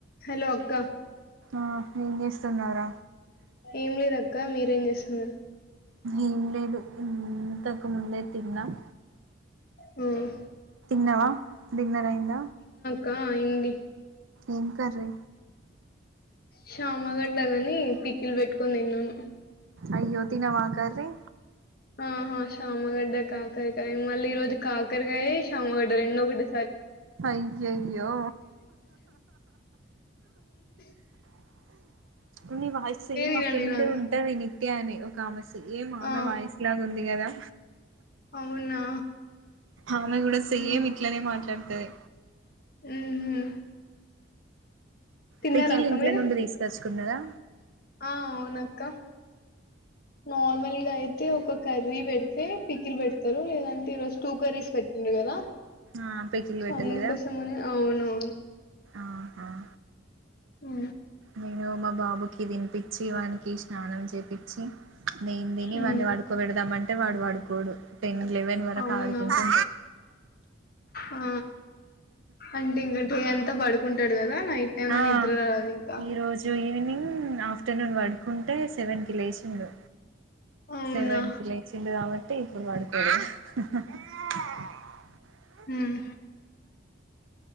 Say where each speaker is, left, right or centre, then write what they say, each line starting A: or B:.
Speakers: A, on the left; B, on the right.
A: హలో అక్క
B: ఆ ఏం చేస్తున్నావు ర
A: ఏం లేదక్క మీరేం చేస్తున్నారు
B: ఏం లేదు ఇంతకు ముందే తిన్నాం
A: హ్మ్
B: తినవా డిన్నర్ అయింద
A: కా అఇంది
B: ఏం కర్రీ
A: శ్యామగడలు ఆని పికిల్ పెట్టుకోని తిన్నాను
B: అయో తినవా ఆ కర్రీ
A: ఆహా శామగడ్డ కాకరకాయ మళ్ళీ ఈ రోజు కాకరకాయ శామగడ్డ రెండుఒకటి
B: అయ్యయ్యో
A: <unintelligible>
B: <inaudible> మీ వాయిస్మ్ సేమ్ మా
A: తినను
B: ఫ్రెండ్
A: నేను అవి
B: ఉంటాది నిత్యా అని ఒక ఆమ్మాయి సేమ్ అమే
A: ఆ
B: వాయిస్ లాగా ఉంది కదా
A: అవునా
B: ఆమె కూడా సేమ్
A: ఉమ్
B: ఇట్లనే మాట్లాడుతది
A: ఉహు తిన్నారా
B: పికిల్
A: అక్క
B: ఇంట్లో
A: మీరు
B: నుండి తీసుకొచ్చుకున్నదా
A: ఆ అవునక్క నార్మల్గాయితే అయితే ఒక కర్రీ పెడితే పికిలు పెడతారు లేదంటే ఈ రోజు టూ కర్రీస్ పెట్టిండారు కదా
B: ఆహా ఆ పికిల్ పెట్టలేదా
A: అందుకోసమని అవున అవును
B: ఆహా
A: హ
B: నేను మా బాబుకి తినిపించి వానికి ఇష్ట స్నానం చేపచ్చి నేన్ తిని
A: ఉమ్,
B: వాని వాడుకోబెడదామంటే వాడు వాడుకోడు టెన్ ఇలెవెన్ వరకు
A: అవునా
B: ఆడుకుంటు
A: ఆ, అంటే ఇంక డే పడుకుంటాడు కదా నైట్ టైమ్
B: ఆ
A: లో నిద్ర రాదు ఇంకా
B: ఈ రోజు ఈవినింగ్ ఆఫ్టర్నూన్ పడుకుంటే సెవెన్ కి లేస్తాడు
A: అవునా
B: సెవెన్ కి లేచిండు కాబట్టి <unintelligible>
A: హ్మ్